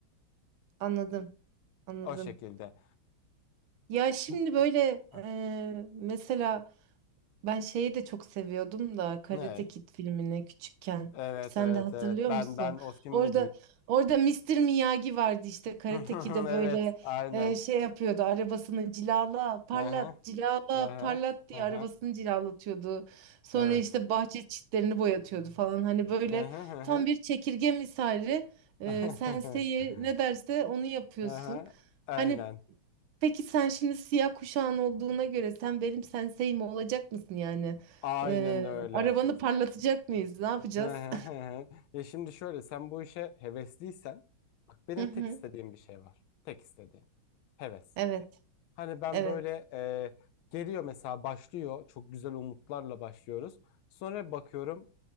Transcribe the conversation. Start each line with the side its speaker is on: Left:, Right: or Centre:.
Right: Anladım. Anladım.
Left: o şekilde.
Right: Ya şimdi
Left: Bu-
Right: böyle
Left: Ha,
Right: e, mesela Ben şeyi de çok seviyordum da Karate
Left: Ne?
Right: Kid filmini küçükken.
Left: Evet
Right: Sen
Left: evet
Right: de hatırlıyor
Left: evet ben
Right: musun?
Left: ben o filmde
Right: Orada
Left: büyüdüm.
Right: orada Mister Miyagi vardı işte Karate
Left: <laughs>
Right: Kid'e
Left: Evet
Right: böyle
Left: aynen.
Right: e, şey yapıyordu. Arabasını cilala, parlat,
Left: Hı hı,
Right: cilala,
Left: hı hı,
Right: parlat diye
Left: hı hı.
Right: arabasını cilalatıyordu. Sonra
Left: Evet.
Right: işte bahçe çitlerini boyatıyordu falan. Hani böyle
Left: Hı hı hı
Right: tam
Left: hı.
Right: bir çekirge misali. E,
Left: <laughs>
Right: sensei ne derse onu yapıyorsun.
Left: Hı hı. Aynen.
Right: Hani Peki sen şimdi siyah kuşağın olduğuna göre sen benim sensei mi olacak mısın yani?
Left: Aynen
Right: Ee,
Left: öyle.
Right: arabanı parlatacak mıyız? Ne yapacağız?
Left: Hı hı hı hı. Ya şimdi şöyle sen bu işe hevesliysen bak benim
Right: <laughs> Hı hı.
Left: tek istediğim bir şey var. Tek istediğim. Heves.
Right: Evet,
Left: Hani ben
Right: evet.
Left: böyle e, geliyor mesela başlıyor. Çok güzel umutlarla başlıyoruz. Sonra bakıyorum